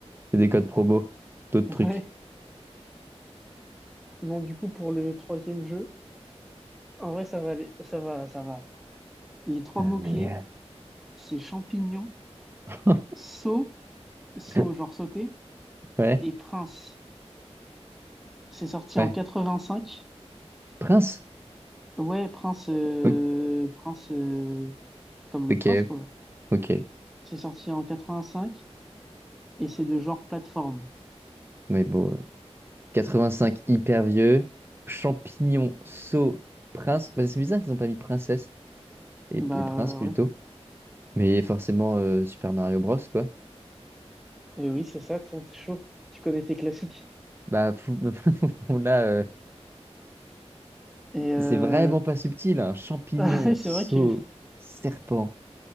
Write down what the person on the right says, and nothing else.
C'est des codes promo, d'autres
trucs.
Euh,
mais,
euh,
<laughs>
ouais,
ouais.
Prince?
Ok,
ok,
ok.
mais bon. 85 hyper vieux. Champignon, sceau, prince. Bah, c'est bizarre qu'ils n'ont pas mis princesse et,
et prince plutôt.
Mais forcément, euh, Super Mario Bros, quoi.
Bah, fou- <laughs> bon, là, euh,
c'est vraiment pas subtil. hein. Champignon,
sceau,
serpent.